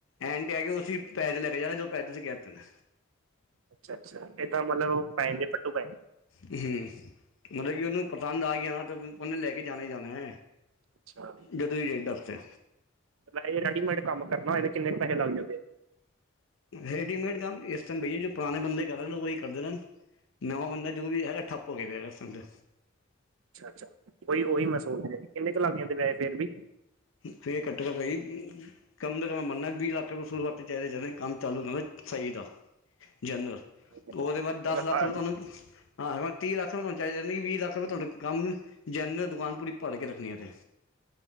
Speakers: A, on the left; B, on the right.
A: ਐਂਡ ਤੇ ਆ ਕੇ ਉਸੇ ਪੈਹੈ ਚ ਲੈ ਕੇ ਜਾਏਗਾ ਜੋ ਪੈਹੈ ਤੁਸੀਂ ਕਹਿ ਤੇ ਨੇ
B: ਅੱਛਾ, ਅੱਛਾ ਇਦਾਂ ਮਤਲਬ ਉਹ ਪੈ ਜਾਂਦੇ ਪੱਟੂ ਪਏ
A: ਹੂ ਮਤਲਬ ਕਿ ਉਹਨੂੰ ਪਸੰਦ ਆ ਗਿਆ ਨਾ ਤੇ ਉਹਨੇ ਲੈ ਕੇ ਜਾਣਾ ਹੀ ਜਾਣਾ ਹੈ।
B: ਅੱਛਾ
A: ਜਦੋਂ ਵੀ ਡੇਟ ਦੱਸਤੇ
B: ਵੈਸੇ ਜੇ ਰੈਡੀਮੇਡ ਕੰਮ ਕਰਨਾ ਹੋਏ ਤੇ ਕਿੰਨੇ ਕ ਪੈੇਹੈ ਲੱਗ ਜਾਂਦੇ।
A: ਰੈਡੀਮੇਡ ਕੰਮ ਇਸ ਟਾਈਮ ਭਈਆ ਜੋ ਪੁਰਾਣੇ ਬੰਦੇ ਕਰ ਰਹੇ ਨੇ ਉਹੀ ਕਰਦੇ ਰਹਿਣ। ਨਵਾਂ ਬੰਦਾ ਜੋ ਵੀ ਹੈਗਾ ਠੱਪ ਹੋ ਕੇ ਪਿਆ ਦਾ
B: ਅੱਛਾ ਅੱਛਾ ਉਹੀ ਉਹੀ ਮੈਂ ਸੋਚ ਰਿਹਾ ਕਿੰਨੇ ਕੁ ਲੱਗ ਜਾਂਦੇ ਵੈਸ ਫੇਰ ਵੀ
A: ਫੇਰ ਘੱਟੋ ਘੱਟ ਭਾਜੀ ਕੰਮ ਦਾ ਕਮ ਮੰਨਨਾ ਵੀਹ ਲੱਖ ਰੁਪਏ ਸੋ ਲੱਖ ਤੇ ਜਿਆਦੇ ਤੋ ਜਿਆਦੇ ਕੰਮ ਚਾਲੂ ਕਰਨਾ ਸਹੀ ਦਾ ਜਨਰਲ
B: ਮਤਲਬ
A: ਉਹਦੇ ਬਾਅਦ ਦਸ ਲੱਖ
B: ਹਰ
A: ਰੁਪਏ ਤੁਹਾਨੂੰ ਹਾਂ ਤੀਹ ਲੱਖ ਰੁਪਏ ਤੁਹਾਨੂੰ ਚਾਹੀ ਵੀਹ ਲੱਖ ਰੁਪਏ ਤੁਹਾਨੂੰ ਕੰਮ ਜਨਰਲ ਦੁਕਾਨ ਪੂਰੀ ਭਰ ਕੇ ਰੱਖਣੀ ਹੈ ਤੇ